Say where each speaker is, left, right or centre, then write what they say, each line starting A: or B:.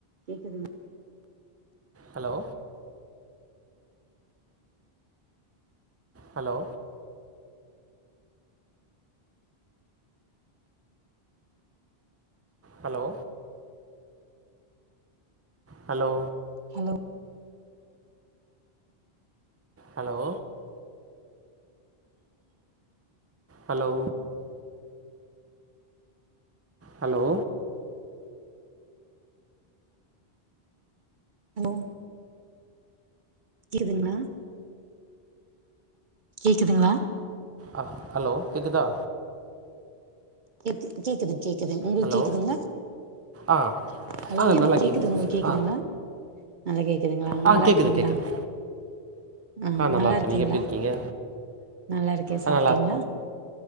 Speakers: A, on the right; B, on the right.
A: கேக்குதுங்
B: hello hello hello hello
A: hello
B: hello hello hello
A: hello கேக்குதுங்லா கேக்குதுங்ளா
B: ஆ ஹலோ கேக்குதா
A: கேக்கு கேக்குது கேக்குது உங்களுக்கு
B: ஹலோ
A: கேக்குதுங்ளா
B: ஆ
A: ஹலோ
B: ஆ
A: எனக்
B: நல்லா
A: கேக்குது உங்களுக் கேக்குதுங்லா
B: ஆ
A: நல்லா கேட்கதுங்லா
B: ஆ
A: நல்லா
B: கேட்குது
A: இருக்கீங்லா
B: கேட்குது
A: ஆ
B: நல்லாயிருக்கேன்
A: நல்லா இருக்கீங்லா
B: நீங்கள் எப்படி இருக்கீங்க
A: நல்லா இருக்கே
B: ஆ
A: சாப்பிட்டீங்லா